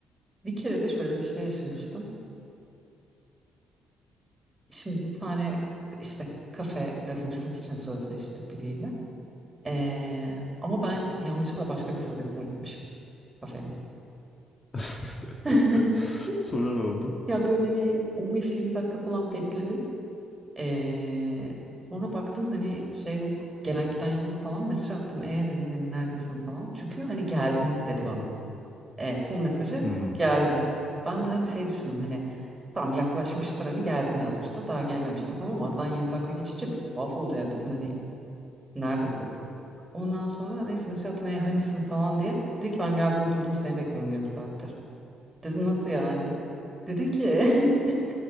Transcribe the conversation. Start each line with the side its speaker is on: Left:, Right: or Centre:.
Right: Bir kere de şöyle bir şey yaşamıştım. Şimdi bir tane işte kafede buluşmak için sözleştik biriyle. Ee, ama ben yanlışlıkla başka bir şubesine gitmişim kafenin.
Left: <laughs>
Right: <laughs>
Left: Sonra ne oldu?
Right: Ya böyle bir 15-20 dakika falan bekledim. Ee, sonra baktım hani şey yok, gelen giden yok falan. Mesaj attım. E dedim hani neredesin falan. Çünkü hani geldim dedi bana. Ee, son mesajı
Left: Hmm.
Right: geldim. Ben de hani şey düşündüm hani tam yaklaşmıştır hani geldim yazmıştır daha gelememiştir falan ama aradan 20 dakika geçince bir tuhaf oldu yani dedim hani Nerede bu? Ondan sonra neyse mesaj at meyhanesin falan diye. Dedi ki ben geldim oturdum seni bekliyorum yarım saattir. Dedim nasıl yani? Dedi ki <laughs>